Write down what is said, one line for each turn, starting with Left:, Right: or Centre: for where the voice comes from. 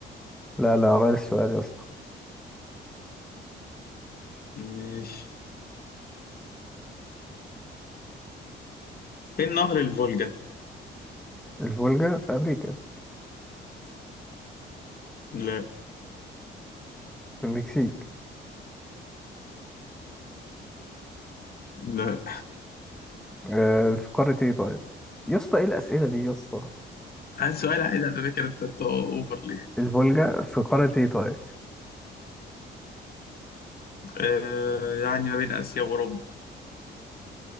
Centre: لا لا غير السؤال يا اسطى
Left: ماشي فين نهر الفولجا؟
Centre: الفولجا في امريكا
Left: لا
Centre: في المكسيك
Left: لا
Centre: آه في قارة ايه طيب يا اسطى ايه الاسئلة دي يا اسطى
Left: عايز سؤال عادي على فكرة انت أنت اوفر ليه
Centre: الفولجا في قارة ايه طيب
Left: آه يعني ما بين اسيا واوروبا